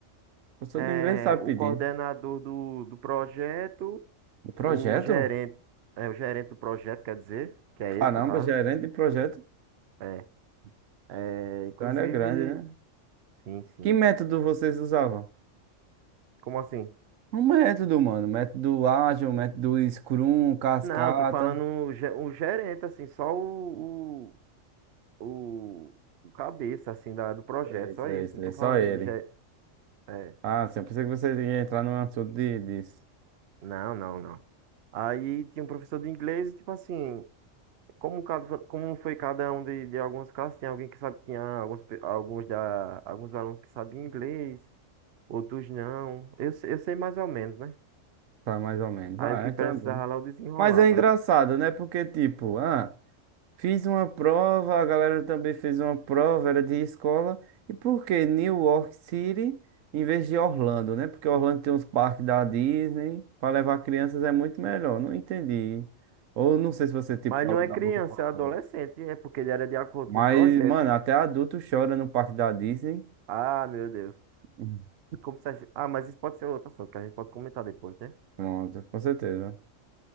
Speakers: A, on the right; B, on the right.
A: Eu sou
B: é,
A: de inglês, sabe
B: o
A: pedir.
B: coordenador do, do projeto,
A: O projeto?
B: o gerente, é, o gerente do projeto, quer dizer, que é
A: Caramba,
B: esse no caso.
A: gerente de projeto.
B: É, é, inclusive,
A: Então era grande, né?
B: sim, sim.
A: Que método vocês usavam?
B: Como assim?
A: Um método, mano. Método ágil, método Scrum, cascata.
B: Não, eu tô falando o ge- o gerente, assim, só o, o, o cabeça, assim, da, do projeto,
A: É isso,
B: só
A: é
B: isso.
A: isso,
B: Não
A: é
B: tô
A: só
B: falando
A: ele.
B: de... ge- É,
A: Ah, sim, eu pensei que você ia entrar no assunto de, disso.
B: não, não, não. Aí tinha um professor de inglês e, tipo assim, como, cada, como foi cada um de, de algumas classes, tinha alguém que sabe, tinha alguns, pe- alguns, da, alguns alunos que sabiam inglês, outros não. Eu, se- eu sei mais ou menos, né?
A: Tá mais ou menos.
B: Aí
A: Ah,
B: o que
A: então
B: precisava
A: é bom.
B: lá eu desenrolava.
A: Mas é engraçado, né? Porque, tipo, ah, fiz uma prova, a galera também fez uma prova, era de escola. E por que New York City em vez de Orlando, né? Porque Orlando tem uns parques da Disney. Pra levar crianças é muito melhor. Não entendi. Ou não sei se você, tipo,
B: Mas
A: falou
B: não é
A: da
B: criança,
A: boca pra
B: é
A: fora.
B: adolescente, é porque ele era de acordo
A: Mas,
B: com o projeto.
A: mano, até adulto chora no parque da Disney.
B: Ah, meu Deus.
A: Hum,
B: Como se a, gen- ah, mas isso pode ser outro assunto, que a gente pode comentar depois, né?
A: Pronto, com certeza.